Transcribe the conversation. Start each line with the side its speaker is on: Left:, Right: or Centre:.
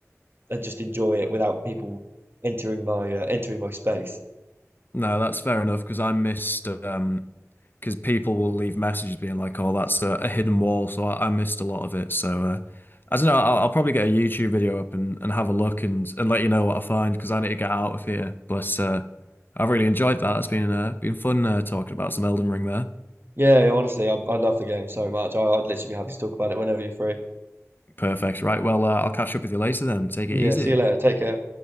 Right: and just enjoy it without people entering my uh, entering my space.
Left: No, that's fair enough because I missed um because people will leave messages being like, "Oh, that's a, a hidden wall," so I, I missed a lot of it. So uh, I don't know. I'll, I'll probably get a YouTube video up and, and have a look and and let you know what I find because I need to get out of here. But uh, I've really enjoyed that. It's been uh, been fun uh, talking about some Elden Ring there.
Right: Yeah, honestly, I, I love the game so much. I, I'd literally be happy to talk about it whenever you're free.
Left: Perfect. Right. Well, uh, I'll catch up with you later then. Take
Right: Yeah,
Left: it easy.
Right: see you later. Take care.